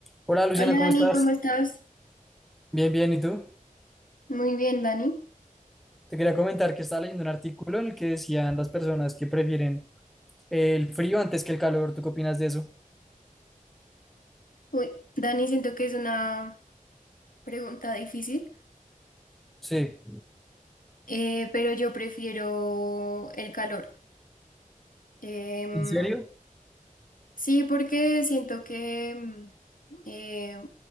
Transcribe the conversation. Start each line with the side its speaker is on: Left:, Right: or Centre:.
Centre: Hola Luciana,
Left: Hola
Centre: ¿cómo
Left: Dani,
Centre: estás?
Left: ¿cómo estás?
Centre: Bien, bien, ¿y tú?
Left: Muy bien, Dani.
Centre: Te quería comentar que estaba leyendo un artículo en el que decían las personas que prefieren el frío antes que el calor. ¿Tú qué opinas de eso?
Left: Uy, Dani, siento que es una pregunta difícil,
Centre: Sí.
Left: eh, pero yo prefiero el calor. Em,
Centre: ¿En serio?
Left: sí, porque siento que mm, eh,